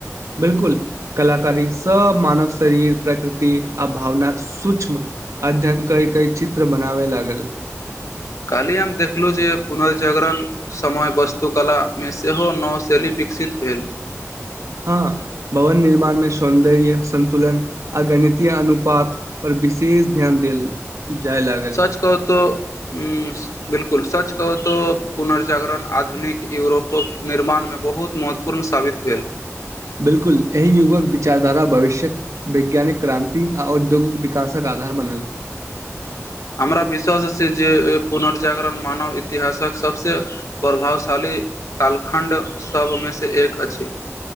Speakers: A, on the right; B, on the left.
A: बिलकुल कलाकारी सब मानव शरीर प्रकृति आ भावनाक सुक्ष्म अध्ययन कई कई चित्र बनावे लागल
B: ह <inaudible> काल्हि हम देखलुजे पुनर्जागरण समय वस्तुकलामे सेहो नव शैली बी विकसित भेल
A: हँ भवन निर्माण मे सौन्दर्य सन्तुलन आ गणितीय अनुपात पर विशेष ध्यान देल जाय लागल
B: सच कहू तो ह्म बिलकुल सच कहू तऽ पुनर्जागरण आधुनिक यूरोपक निर्माणमे मे बहुत महत्वपूर्ण साबित भेल
A: बिलकुल एहि युगक विचारधारा भविष्यक वैज्ञानिक क्रान्ति आ औद्योगिक विकासक कार आधार बनेल
B: <inaudible> हमरा विश्वास अछि जे पुनर्जागरण मानव इतिहासक सबसे प्रभावशाली के कालखण्ड सबमेसँ एक अछि